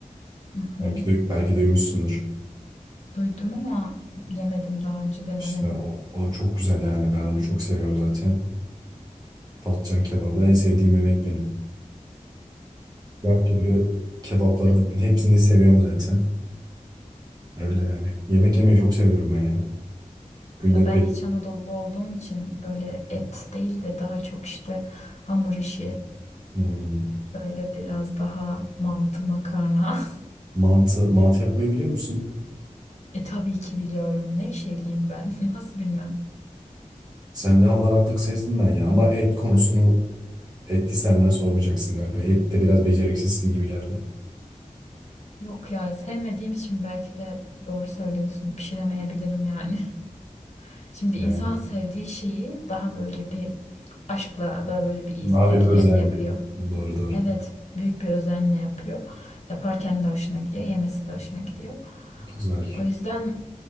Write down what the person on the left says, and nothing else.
Hı hı.
Duydum ama yemedim daha önce denemedim.
Ya ben
İç Anadolu olduğum için böyle et değil de daha çok işte hamur işi
böyle biraz daha mantı makarna. <laughs>
E tabii ki biliyorum. Nevşehirliyim ben. <laughs> Nasıl bilmem.
Yok ya sevmediğim için belki de doğru söylüyorsun. Pişiremeyebilirim yani. <laughs> Şimdi
insan sevdiği şeyi daha böyle bir aşkla, daha böyle bir istekle
yapıyor.
Evet, büyük bir özenle yapıyor. Yaparken de hoşuna gidiyor, yemesi de hoşuna gidiyor.
O yüzden